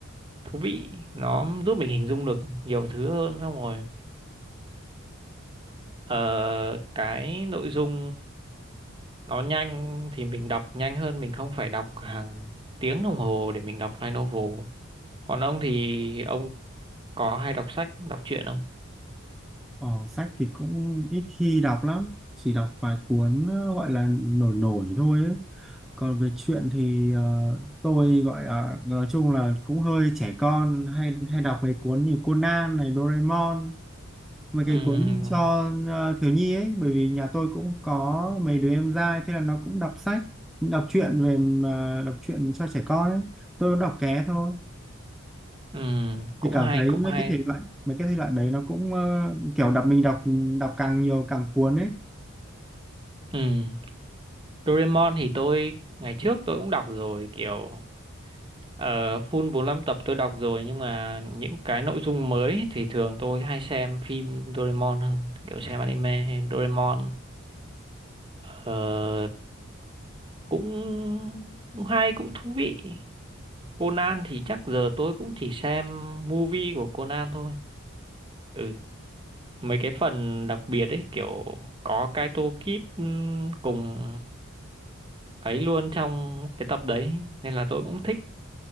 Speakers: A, on the right; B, in the centre.
A: thú vị nó giúp mình hình dung được nhiều thứ hơn xong rồi ờ, cái nội dung nó nhanh thì mình đọc nhanh hơn mình không phải đọc hàng tiếng đồng hồ để mình đọc light novel còn ông thì ông có hay đọc sách đọc truyện không
B: Ờ, sách thì cũng ít khi đọc lắm, chỉ đọc vài cuốn ờ, gọi là nổi nổi thôi ấy. Còn về truyện thì ờ, tôi gọi là nói chung là cũng hơi trẻ con hay hay đọc mấy cuốn như Conan này, Doraemon, mấy
A: Ừm,
B: cái cuốn cho ờ, thiếu nhi ấy, bởi vì nhà tôi cũng có mấy đứa em trai thế là nó cũng đọc sách, đọc truyện về ờ, đọc truyện cho trẻ con ấy. Tôi cũng đọc ké thôi.
A: ừm, cũng
B: thì cảm
A: hay
B: thấy
A: cũng
B: mấy
A: hay
B: cái thể loại mấy cái thể loại đấy nó cũng ờ, kiểu đọc mình đọc đọc càng nhiều càng cuốn ấy
A: Ừm, Doraemon thì tôi ngày trước tôi cũng đọc rồi kiểu ờ, full 45 tập tôi đọc rồi nhưng mà những cái nội dung mới thì thường tôi hay xem phim Doraemon hơn kiểu xem anime Doraemon Ờ, cũng cũng hay cũng thú vị Conan thì chắc giờ tôi cũng chỉ xem movie của Conan thôi ừ mấy cái phần đặc biệt ấy kiểu có cái toolkit ừm, cùng ấy luôn trong cái tập đấy nên là tôi cũng thích